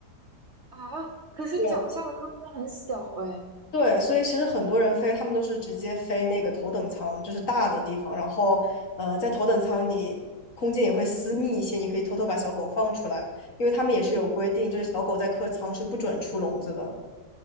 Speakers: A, on the right (about 45°); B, on the left (about 50°).
A: 啊，可是脚下的空间很小哎。
B: 对对，所以其实很多人飞，他们都是直接飞那个头等舱，就是大的地方。然后，呃，在头等舱你空间也会私密一些，你可以偷偷把小狗放出来，因为他们也是有规定，就是小狗在客舱是不准出笼子的。